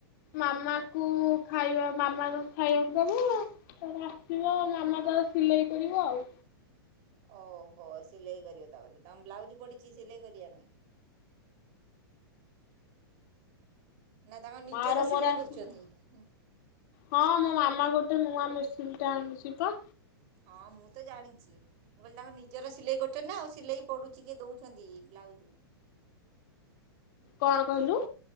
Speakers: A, on the left; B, on the right.
A: ମାମା କୁ ଖାଇବା ମାମା ତ ଖାଇବାକୁ ଦବ ତାର ଆସିବ
B: ହଁ
A: ମାମା ତାର ସିଲେଇ କରିବ ଆଉ।
B: ଓହୋ ସିଲେଇ କରିବ ତାପରେ ତମ ବ୍ଲାଉଜ ପଡିଛି ସିଲେଇ କରିବା ପାଇଁ। ନା ତାଙ୍କ ନିଜର
A: ମା ର
B: ସିଲେଇ
A: ମୋର ଆସିଲୁ।
B: କରୁଛନ୍ତି
A: ହଁ ମୋ ମାମା ଗୋ ନୂଆ ମେସିନ୍ନ ଆଣିଛି ପା।
B: ହଁ ମୁଁ ତ ଜାଣିଛି ମୁଁ କହିଲି ତାଙ୍କ ନିଜର ସିଲେଇ କରୁଛନ୍ତି ନା ଆଉ ସିଲେଇ ପଡୁଛି। ଟିକେ ଦଉଛନ୍ତି ବ୍ଲାଉଜ୍
A: କଣ କହିଲୁ?